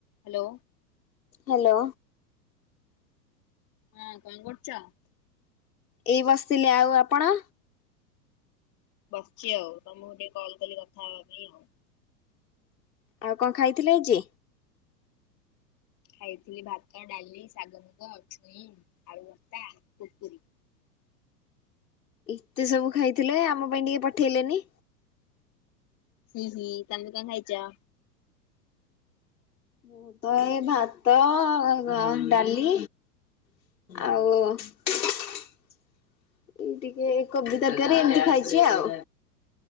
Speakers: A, on the left; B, on the left.
A: Hello.
B: Hello.
A: ହଁ କଣ କରୁଚ?
B: ଏଇ ବସିଥିଲି ଆଉ ଆପଣ?
A: ବସିଛି ଆଉ ତମକୁ ଟିକେ କଲ୍ କଲି କଥା ହବା ପାଇଁ ଆଉ।
B: ଆଉ କଣ ଖାଇଥିଲେ ଆଜି?
A: ଖାଇଥିଲି ଭାତ ଡାଲି ଶାଗ ମୁଗ ଛୁଇଁ ଆଳୁଭତା କୁରୁକୁରୀ।
B: ଏତେ ସବୁ ଖାଇଥିଲେ ଆମ ପାଇଁ ଟିକେ ପଠେଇଲେନି?
A: ହିଁ ହିଁ ତମେ କଣ ଖାଇଚ?
B: ମୁତ ଏଇ ଭାତ ଡ଼ାଲି
A: ହୁଁ
B: ଆଉ ଏଇ ଟିକେ କୋବି ତରକାର ଏମତି ଖାଇଚି ଆଉ।